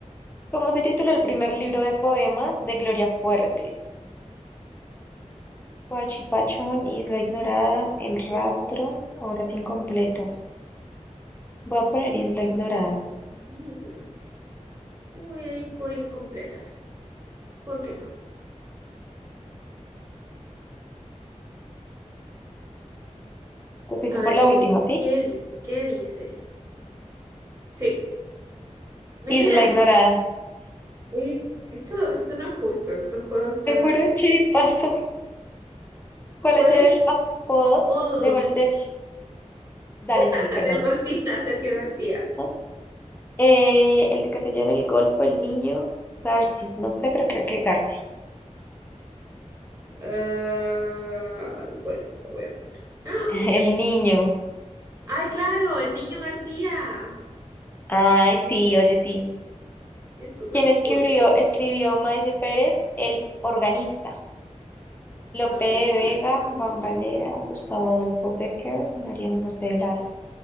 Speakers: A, on the left; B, on the right.
A: ¿Cómo se tituló el primer libro de poemas de Gloria Fuertes? Pachipachón, Isla Ignorada, El Rastro,
B: Mm,
A: Horas Incompletas. Voy a poner Isla Ignorada.
B: Primer libro. Yo voy a ir por incompletas. ¿Por qué no?
A: Te fuiste
B: A
A: por
B: ver
A: la
B: qué
A: última,
B: dice.
A: ¿sí?
B: ¿Qué dice? ¿Qué dice? Sí. Mira,
A: Isla Ignorada.
B: oye, esto, esto no es justo. Este juego está.
A: Te puro
B: está-
A: chiripazo. ¿Cuál
B: ¿Cuál
A: es el
B: es
A: apodo
B: todo
A: de gol del... Dale, sigue,
B: <laughs>
A: perdón.
B: del golfista
A: <laughs>
B: Sergio García?
A: Ajá. Eh, el de Castellano, el Golfo, el Niño, Garci. No sé, pero creo que Garci.
B: Ah, el golf, voy a poner. ¡Ah!
A: <laughs> El Niño.
B: ¡Ay, claro! El niño García.
A: Ay, sí, oye, sí.
B: Es súper
A: ¿Quién
B: popular.
A: escribió, escribió Maese Pérez, el organista? Lope
B: No tengo
A: de
B: la
A: Vega,
B: menor
A: Juan
B: idea.
A: Valera, Gustavo Adolfo Becker, Mariano José de Lara.